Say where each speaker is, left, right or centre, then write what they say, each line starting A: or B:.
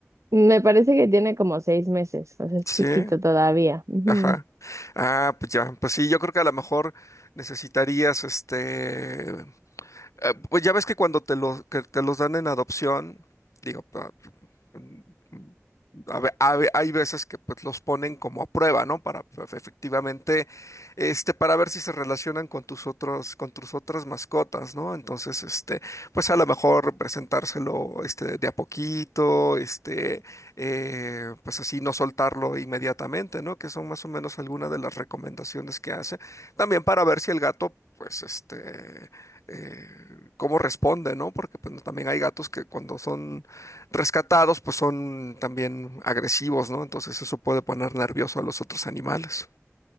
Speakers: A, on the right; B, on the left.
A: Me parece que tiene como seis meses, o sea, es
B: Sí,
A: chiquito todavía. Ujú,
B: ajá. Ah, pues ya, pues sí, yo creo que a lo mejor necesitarías este. Eh, pues ya ves que cuando te, lo- que te los dan en adopción, digo, pa- mm, a ve- a ve- hay veces que pues, los ponen como a prueba, ¿no? Para pues, efectivamente, este, para ver si se relacionan con tus otros, con tus otras mascotas, ¿no? Entonces, este, pues a lo mejor presentárselo, este, de a poquito, este, eh, pues así no soltarlo inmediatamente, ¿no? Que son más o menos algunas de las recomendaciones que hace. También para ver si el gato, pues, este, eh, cómo responde, ¿no? Porque pues, no, también hay gatos que cuando son rescatados, pues son también agresivos, ¿no? Entonces eso puede poner nervioso a los otros animales.